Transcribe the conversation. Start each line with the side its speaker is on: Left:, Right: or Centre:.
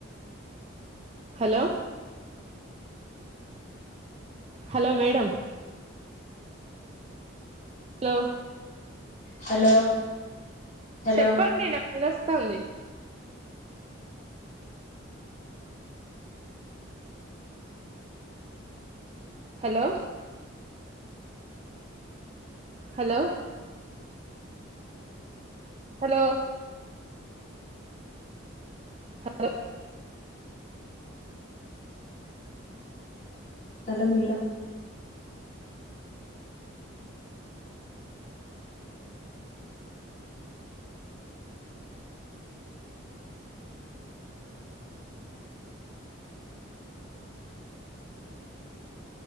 Right: hello hello madam hello
Left: hello hello
Right: చెప్పండి నాకు వినస్తాడి hello hello hello hello
Left: hello madam